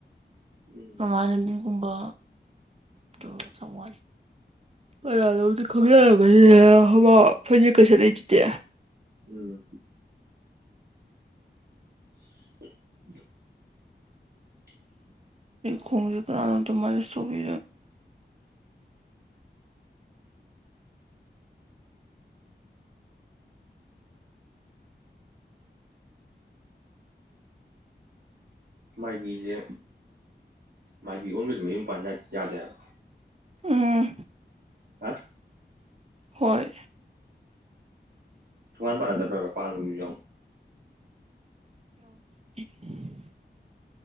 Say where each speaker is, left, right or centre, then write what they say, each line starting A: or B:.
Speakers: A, on the right; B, on the right.
A: ꯎꯝ
B: ꯏꯃꯕꯤꯝ ꯀꯨꯝꯕ
A: <inaudible>
B: ꯇ ꯆꯃ ꯑꯗꯗꯤ ꯈꯪꯖ ꯍ ꯐ ꯀꯩꯁ ꯂꯩ ꯆꯇꯦ
A: ꯎꯝ <inaudible>
B: ꯀꯣꯡ ꯀ ꯃꯥ ꯁꯣꯕꯤ
A: ꯃꯥꯏꯕꯤꯁꯦ ꯃꯥꯏꯕꯤ ꯑꯣꯟꯕꯗ ꯃꯌꯨꯝ ꯄꯥꯟ ꯌꯥꯗꯦ ꯍꯥꯏꯕ
B: ꯎꯝ
A: ꯑ
B: ꯍꯣꯏ
A: ꯁꯨꯡꯃꯥꯏ ꯄꯔꯗꯔꯕ ꯄꯥꯗ ꯃꯤ
B: <inaudible>